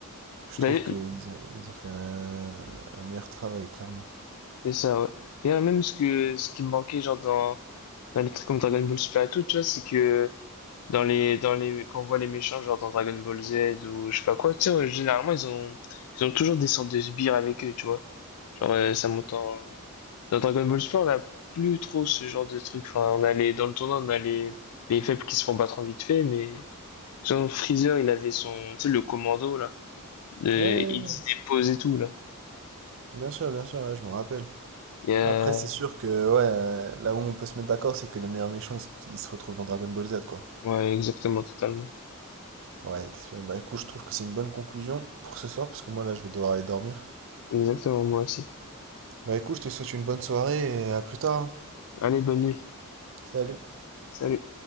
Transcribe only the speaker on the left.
D'ailleurs,
c'est ça, ouais. D'ailleurs, même ce que ce qui me manquait, genre, dans Non, le truc comme Dragon Ball Super et tout, tu vois, c'est que dans les, dans les, quand on voit les méchants, genre dans Dragon Ball Z ou je sais pas quoi, tu sais, euh, généralement, ils ont, ils ont toujours des sortes de sbires avec eux, tu vois. Genre, euh, ça monte en... Dans Dragon Ball Super, on a plus trop ce genre de truc. Enfin, on a les, dans le tournoi, on a les, les faibles qui se font battre en vite fait, mais... Genre, Freezer, il avait son, tu sais, le commando, là. De,
il faisait des poses et tout, là.
Il y a...
Ouais, exactement, totalement.
Exactement, moi aussi.
Allez, bonne nuit.
Salut.